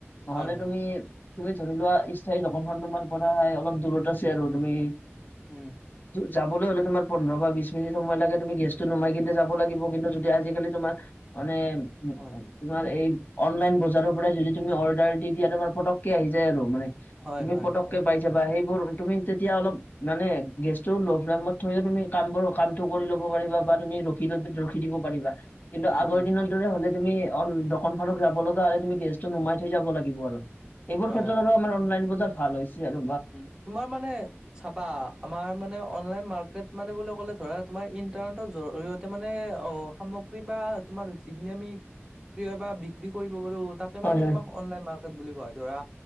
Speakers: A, on the left (about 40°); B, on the right (about 15°).
A: নহ'লে
B: হয় হয়
A: তুমি, তুমি ধৰি লোৱা স্থায়ী দোকানখন তোমাৰ পৰা হয় অলপ দূৰত আছে আৰু তুমি
B: উম,
A: যাবলৈ হ'লে তোমাৰ পোন্ধৰ বা বিশ মিনিট সময় লাগে তুমি গেছটো নোমাই কিন্তু যাব লাগিব কিন্তু, যদি আজিকালি তোমাৰ মানে
B: হয়
A: তোমাৰ এই অনলাইন বজাৰৰ পৰাই যদি তুমি অৰ্ডাৰ দি দিয়া তোমাৰ পটককে আহি যায় আৰু মানে
B: হয়
A: তুমি
B: হয়
A: পটককে পাই যাবা সেইবোৰ তুমি তেতিয়া অলপ মানে গে <unintelligible> থৈয়ও তুমি কামবোৰ কামটো কৰি ল'ব পাৰিবা বা তুমি ৰখি ৰখি দিব পাৰিবা। কিন্তু
B: উম
A: আগৰ
B: উম
A: দিনৰ দৰে হলে তুমি অ দোকনখনক যাব লগা হ'লে তুমি গেছটো নুমাই থৈ যাব লাগিব আৰু। এইবোৰ
B: হয়
A: ক্ষেত্ৰত
B: হয়
A: আৰু আমাৰ অনলাইন বজাৰ ভাল হৈছে আৰু।
B: উম তোমাৰ মানে চাবা আমাৰ মানে অনলাইন মাৰ্কেট মানে বুলি ক'লে ধৰা তোমাৰ ইন্টাৰনেটৰ জৰিয়তে মানে অ সামগ্ৰী বা তোমাৰ যিখিনি আমি ক্ৰয় বা বিক্ৰী কৰিব পাৰো তাক মানে
A: হয় হয়
B: তোমাক অনলাইন মাৰ্কেট বুলি কোৱা হয় ধৰা